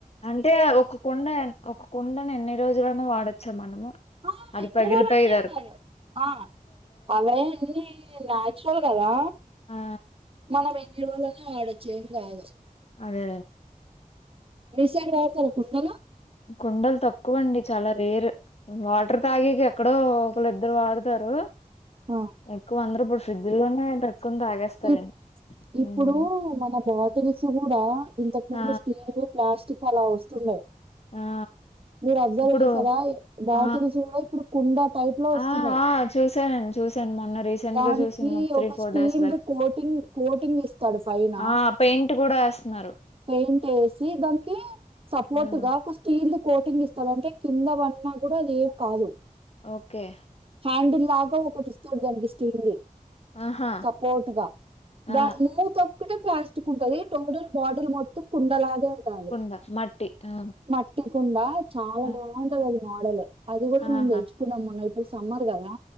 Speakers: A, on the left; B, on the right.
A: అంటే ఒక కుండ ఒక కుండను ఎన్ని రోజులైన వాడొచ్చా మనము.
B: ఆ
A: అది
B: ఎన్ని
A: పగిలిపోయిదరకు
B: రోజులైనా ఏం కాదు ఆ అవ్వే అన్ని న్యాచురల్ కదా
A: ఆ
B: మనం ఎన్ని రోజులైన వాడొచ్చు ఏంకాదు
A: అదే
B: చెందవచ కొందరు
A: కుండలు తక్కువ అండి చాలా రేర్ వాటర్ తాగిక ఎక్కడో ఒకళ్ళిద్దరు వాడతారు
B: ఆ
A: ఎక్కువ అందరుప్పుడు ఫ్రిడ్జ లోనేంట కొని తాగేస్తారే
B: ఇప్ ఇప్పుడు
A: ఉమ్
B: మన బాటిల్స్ కూడా ఇంతకుందు
A: ఆ
B: స్టీల్ ప్లాస్టిక్ అలా వస్తున్నాయి
A: ఆ
B: మీరు అబ్జర్వ్
A: ఇప్పుడు
B: చేస్తారా బాటిల్స్
A: ఆ
B: కూడా ఇప్పుడు కుండ టైప్ లో వస్తున్నాయి
A: ఆ ఆ చూసానండి చూసాను మొన్న రీసెంట్
B: దానికి
A: గా చూసాను త్రీ
B: ఒక
A: four
B: స్టీల్డ్
A: days back
B: coating coating ఇస్తాడు పైన
A: ఆ పెయింట్ కూడా వేస్తున్నారు
B: పెయింట్ వేసి దానికి సపోర్ట్గా
A: ఉమ్.
B: ఒక స్టీల్ కోటింగ్ ఇస్తాడు అంటే కింద పన్నా కూడా అది ఏం కాదు
A: ఓకే
B: హ్యాండిల్ లాగా ఒకటి ఇస్తుడు దానికి స్టీల్ది
A: ఆహా
B: సపోర్ట్గా
A: ఆ
B: దాని మూతోక్కటే ప్లాస్టిక్ ఉంటుంది టోటల్ బాట్ దాని మొత్తం కుండలగా ఉంటది
A: కుండ మట్టి ఆ
B: మట్టికుండా చాలా
A: ఆ,
B: బాగుంటది అది మోడల్ అది కూడా
A: ఆహా
B: మేము తెచ్చుకున్నాం మోన్న ఇప్పుడు సమ్మర్ కదా